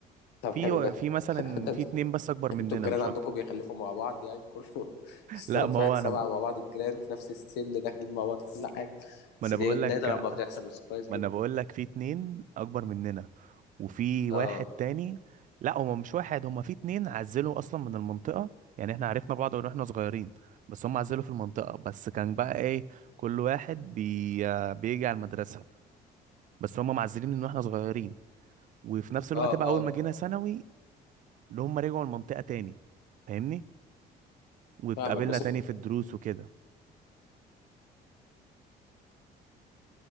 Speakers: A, on the left (about 85°); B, on the right (about 50°).
A: طب
B: في
A: حلو ده
B: في مثلا
A: <laughs> ده
B: في اتنين بس اكبر مننا
A: انتوا الجيران
B: مش
A: عندكم
B: اكتر
A: بيخلفوا مع بعض يعني كله <laughs>
B: <laughs>
A: السبب
B: لا ما
A: في
B: هو
A: واحد سبعة
B: انا
A: مع بعض الجيران في نفس السن داخلين مع بعض في كل حاجة
B: ما
A: بس
B: انا
A: دي
B: بقول
A: نادر
B: لك
A: لما بتحصل بس كويس
B: ما
A: جدا
B: انا بقول لك في اتنين اكبر مننا وفي
A: اه
B: واحد تاني لا هما مش واحد هما في اتنين عزلوا اصلا من المنطقة يعني احنا عرفنا بعض من واحنا صغيرين بس هم عزلوا في المنطقة بس كان بقى ايه كل واحد بي... آه، بيجي على المدرسة بس هم معزلين من واحنا صغيرين وفي نفس الوقت
A: اه
B: بقى
A: اه
B: اول ما جينا ثانوي اللي هم رجعوا المنطقة تاني فاهمني واتقابلنا
A: فاهمك بس
B: تاني في الدروس وكده